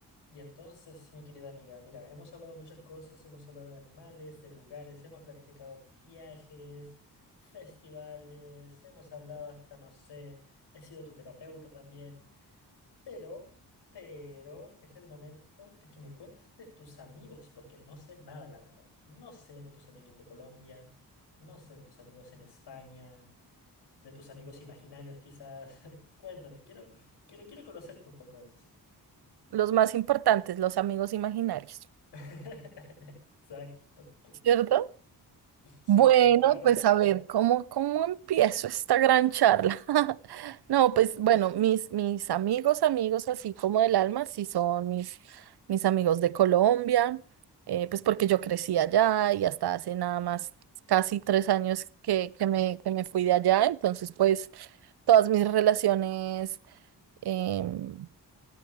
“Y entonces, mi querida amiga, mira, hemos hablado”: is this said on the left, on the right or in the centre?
Left